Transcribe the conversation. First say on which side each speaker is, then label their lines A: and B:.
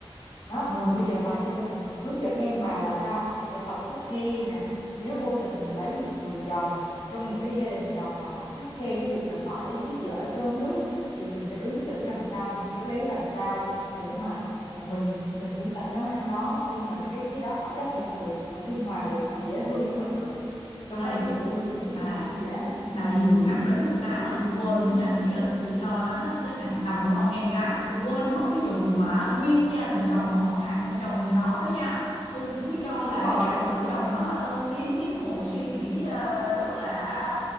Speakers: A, on the left; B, on the left.
A: đó
B: ừ
A: bây giờ bà chỉ cần hướng dẫn em bà là sao phải tập thích nghi nè nếu vô tình mình lấy một người chồng trong một cái gia đình chồng mà họ khắt khe cái việc là phải biết giỏi cơm nước thì mình phải ứng xử làm sao mình khéo léo làm sao để mà ờ, mình mình cũng tại nấu ăn đó nhưng mà cái cái đó họ chấp nhận được họ dung hòa được họ dễ thương với mình được trong
B: ê
A: cách ứng xử là tôi nghĩ cái
B: bà
A: chuyện gì cũng dễ đó
B: bà
A: <laughs>
B: vừa nhắc
A: Nhỉ?
B: đến một cái mà tôi quên đó nha nãy giờ tôi chỉ lo lắng đến thằng chồng của con em gái mà tôi quên mất cái vụ mà nguyên gia đình chồng và họ hàng bên chồng nhà nó đó nha Ôi, cứ, cứ cho
A: đúng
B: là
A: rồi
B: giả sử chồng nó là tân tiến tiến bộ suy nghĩ ờ, rất là